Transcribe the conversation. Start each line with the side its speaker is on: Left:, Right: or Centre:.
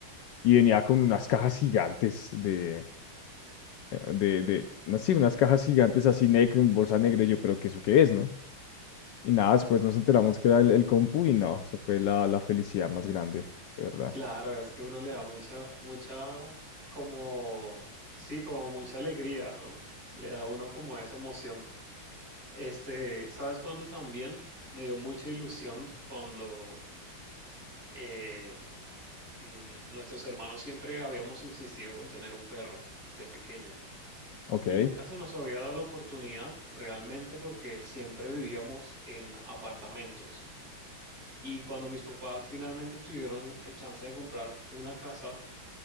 Left: y venía con unas cajas gigantes de, eh, de, de, no sé, unas cajas gigantes así negras, en bolsa negra, y yo, pero ¿qué eso qué es, no? Y nada, después nos enteramos que era el, el compu y no, eso fue la, la felicidad más grande, de verdad.
Right: Claro, es que uno le da mucha, mucha, como, sí, como mucha alegría, ¿no? Le da a uno como esa emoción. Este, ¿sabes cuándo también? Me dio mucha ilusión cuando eh, mm, nuestros hermanos siempre habíamos insistido con tener un perro de pequeño
Left: Ok.
Right: y nunca se nos había dado la oportunidad realmente porque siempre vivíamos en apartamentos. Y cuando mis papás finalmente tuvieron el chance de comprar una casa,